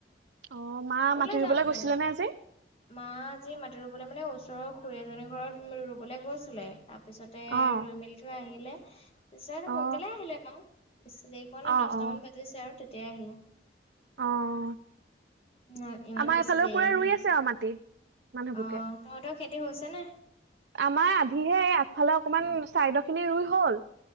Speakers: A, on the right (about 70°); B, on the left (about 35°).
A: অ, মা
B: কলে
A: মাটি
B: যামনো
A: ৰুবলৈ গৈছিলে নে আজি?
B: মা আজি মাটি ৰু বোলে মানে ওচৰৰ খুৰী এজনীৰ ঘৰত ৰুবলৈ গৈছিলে তাৰ পিছতে
A: অ
B: ৰুই মেলি টো আহিলে তাৰ পিছত সোনকালে
A: অ
B: আহিলে বাৰু, বেছি দেৰি কৰা নাই
A: অ
B: দচটামান
A: অ
B: বাজ জিছে আৰু তেতিয়া আহিলে।
A: অহ,
B: ন ইমান
A: আমাৰ
B: বেছি
A: এফালেও
B: দেৰি
A: পুৰা ৰুই
B: নাই
A: আছে
B: কৰা
A: আৰু মাটি মানুহবোকে।
B: অ তহঁতৰ খেতি হৈছেনে?
A: আমাৰ আধিহে আগফালে অকমান চাইডৰখিনি ৰুই হল।